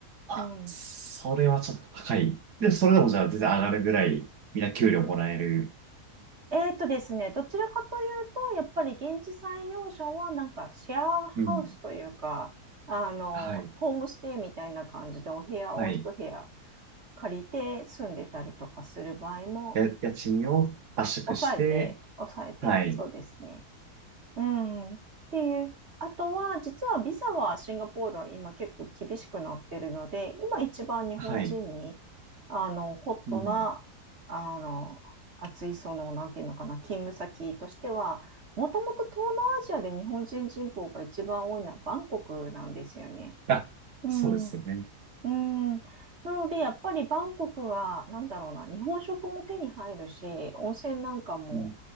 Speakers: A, on the right; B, on the right.
A: あ、
B: うん。
A: それはちょっと高い。で、それでもじゃあ全然上がるぐらい、みんな給料もらえる。
B: えーっとですね、どちらかというと、やっぱり現地採用者はなんかシェアハウスというか、
A: うん。
B: あの、
A: はい。
B: ホームステイみたいな感じでお部屋を一部屋
A: はい。
B: 借りて住んでたりとかする場合も
A: や、家賃を圧縮して、
B: 抑えて、抑えて、
A: はい。
B: そうですね。うん。っていう。あとは、実はビザはシンガポールは今結構厳しくなってるので、今一番日本人に、
A: はい。
B: あの、ホットな、
A: うん。
B: あの、熱い、その、なんていうのかな、勤務先としては、もともと東南アジアで日本人人口が一番多いのはバンコクなんですよね。
A: あ、
B: うん。
A: そうですよね。
B: うん。なので、やっぱりバンコクは、なんだろうな、日本食も手に入るし、温泉なんかも、
A: うん。